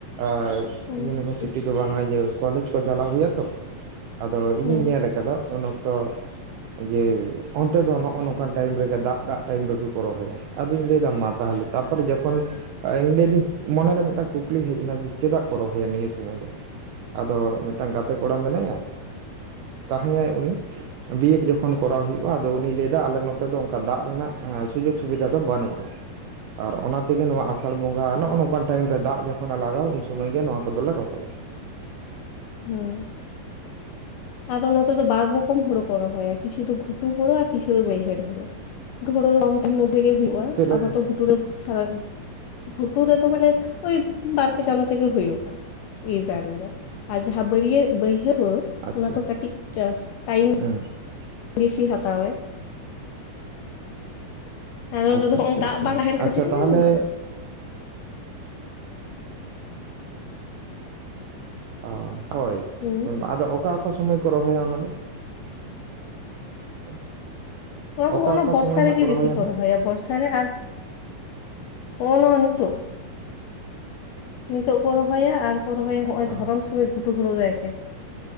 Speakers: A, on the right; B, on the left.
A: ᱟᱨ
B: ᱦᱩᱸ
A: ᱤᱭᱩᱱᱤᱵᱷᱟᱨᱥᱤᱴᱤ ᱫᱚ ᱵᱟᱝ-ᱟ ᱤᱭᱟᱹ ᱠᱚᱞᱮᱡᱽ ᱠᱚ ᱪᱟᱞᱟᱣ ᱦᱩᱭᱩ ᱟᱛᱚ ᱟᱫᱚ ᱤᱧ
B: ᱦᱩᱸ
A: ᱦᱩᱸᱡ ᱧᱮᱞ ᱠᱟᱫᱟ ᱩᱱ ᱚᱠᱛᱚ ᱡᱮ ᱚᱱᱛᱮ ᱫᱚ ᱱᱚᱜᱼᱚ ᱱᱚᱝᱠᱟᱱ ᱴᱟᱭᱤᱢ ᱨᱮᱜᱮ ᱫᱟᱜ ᱫᱟᱜ ᱴᱟᱭᱤᱢ ᱨᱮᱜᱮ ᱠᱚ ᱨᱚᱦᱚᱭᱟ ᱟᱫᱚᱧ ᱞᱟᱹᱭ ᱫᱟ ᱢᱟ ᱛᱟᱦᱚᱞᱮ ᱛᱟᱨᱯᱚᱨᱮ ᱡᱚᱠᱷᱚᱱ ᱟ ᱤᱧ ᱞᱟᱹᱭ ᱫᱟᱹᱧ ᱢᱚᱱᱮᱨᱮ ᱢᱤᱫᱴᱟᱝ ᱠᱩᱠᱞᱤ ᱦᱮᱡ ᱮᱱᱟ ᱡᱮ ᱪᱮᱫᱟᱜ ᱠᱚ ᱨᱚᱦᱚᱭᱟ ᱱᱤᱭᱟᱹ ᱥᱚᱢᱚᱭ ᱫᱚ ᱟᱫᱚ ᱢᱤᱫᱴᱟᱝ ᱜᱟᱛᱮ ᱠᱚᱲᱟ ᱢᱮᱱᱟᱭᱟ ᱛᱟᱦᱮᱸᱭᱟᱭ ᱩᱱᱤ ᱵᱤ ᱮᱰ ᱡᱚᱠᱷᱚᱱ ᱠᱷᱚᱱ ᱠᱚᱨᱟᱣ ᱦᱩᱭᱩᱜᱼᱟ ᱟᱫᱚ ᱩᱱᱤ ᱞᱟᱹᱭ ᱫᱟ ᱟᱞᱮ ᱱᱚᱛᱮ ᱫᱚ ᱚᱱᱠᱟ ᱫᱟᱜ ᱨᱮᱱᱟᱜ ᱥᱩᱡᱳᱜᱽ ᱥᱩᱵᱤᱫᱷᱟ ᱫᱚ ᱵᱟᱹᱱᱩᱜ ᱟᱱᱟ ᱟᱨ ᱚᱱᱟ ᱛᱮᱜᱮ ᱱᱚᱣᱟ ᱟᱥᱟᱲ ᱵᱚᱸᱜᱟ ᱱᱚᱜᱼᱚ ᱱᱚᱝᱠᱟᱱ ᱴᱟᱭᱤᱢ ᱨᱮ ᱫᱟᱜ ᱡᱚᱠᱷᱚᱱᱮ ᱞᱟᱜᱟᱣᱟ ᱩᱱ ᱥᱚᱢᱚᱭ ᱜᱮ ᱱᱚᱣᱟ ᱠᱚᱫᱚᱞᱮ ᱨᱚᱦᱚᱭᱟ <inaudible>
B: ᱦᱩᱸ ᱟᱨᱚ ᱱᱚᱛᱮ ᱫᱚ ᱵᱟᱨ ᱨᱚᱠᱚᱢ ᱦᱳᱲᱳ ᱠᱚ ᱨᱚᱦᱚᱭᱟ ᱠᱤᱪᱷᱩ ᱫᱚ ᱜᱩᱴᱩ ᱦᱳᱲᱳ ᱟᱨ ᱠᱤᱪᱷᱩ ᱫᱚ ᱵᱟᱹᱭᱦᱟᱹᱲ ᱦᱳᱲᱳ ᱦᱳᱲᱳ <unintelligible> ᱛᱤᱱ ᱢᱚᱫᱽᱫᱷᱮ ᱜᱮ ᱦᱩᱭᱩᱜᱼᱟ
A: ᱪᱮᱫ
B: ᱛᱟᱦᱚᱛᱚ
A: ᱞᱮᱠᱟ
B: ᱜᱷᱩᱴᱩᱨᱮ ᱥᱟᱨᱟ ᱵᱷᱩᱴᱩ ᱨᱮᱛᱚ ᱢᱟᱱᱮ ᱳᱭ ᱵᱟᱨ ᱯᱮ ᱪᱟᱸᱫᱳ ᱛᱮᱜᱮ ᱦᱩᱭᱩᱜᱼᱟ ᱤᱨ ᱠᱷᱟᱱ ᱫᱚ ᱟᱨ ᱡᱟᱦᱟᱸ ᱵᱟᱹᱨᱭᱟᱹ ᱵᱟᱹᱭᱦᱟᱹ ᱦᱳᱲᱳ
A: ᱟᱪᱪᱷᱟ
B: ᱚᱱᱟ ᱫᱚ ᱠᱟᱹᱴᱤᱡ ᱴᱟᱭᱤᱢ
A: ᱦᱩᱸ ‌‌
B: ᱵᱮᱥᱤ ᱦᱟᱛᱟᱣᱟᱭ ᱟᱫᱚ
A: ᱟᱪᱪᱷᱟ
B: ᱱᱳᱛᱮ
A: ᱟᱪᱪᱷᱟ
B: ᱫᱟᱜ
A: ᱟᱪᱪᱷᱟ
B: ᱵᱟᱝ ᱛᱟᱦᱮᱸᱱ
A: ᱟᱪᱪᱷᱟ
B: ᱠᱷᱟᱹᱛᱤᱨ ᱛᱮᱜᱮ
A: ᱛᱟᱦᱚᱞᱮ
B: ᱚᱱᱠᱟ ᱫᱚ
A: ᱚ ᱦᱳᱭ
B: ᱦᱩᱸ
A: ᱟᱫᱚ ᱚᱠᱟ ᱚᱠᱟ ᱥᱚᱢᱚᱭ ᱠᱚ ᱨᱚᱦᱚᱭᱟ ᱚᱱᱟ ᱫᱚ <inaudible>
B: ᱚᱱᱟ ᱫᱚ
A: ᱚᱠᱟ
B: ᱦᱚᱸᱜ-ᱱᱟ
A: ᱚᱠᱟ
B: ᱵᱚᱨᱥᱟ
A: ᱥᱚᱢᱚᱭ ᱱᱟᱜ
B: ᱨᱮᱜᱮ ᱵᱤᱥᱤ ᱠᱚ
A: ᱱᱟᱜ
B: ᱨᱚᱦᱚᱭᱟ ᱵᱚᱨᱥᱟ ᱨᱮ ᱟᱨ ᱦᱚᱸᱜᱼ ᱱᱚᱣᱟ ᱱᱤᱛᱚᱜ ᱱᱤᱛᱚᱜ ᱠᱚ ᱨᱚᱦᱚᱭᱟ ᱟᱨ ᱠᱚ ᱨᱚᱦᱚᱭᱟ ᱦᱚᱸᱜᱼᱚᱭ
A: ᱚ
B: ᱫᱷᱚᱨᱚᱢ ᱥᱚᱢᱚᱭ ᱵᱷᱩᱨ ᱜᱷᱩᱴᱩ ᱦᱳᱲᱳ ᱫᱚ ᱮᱠᱮᱱ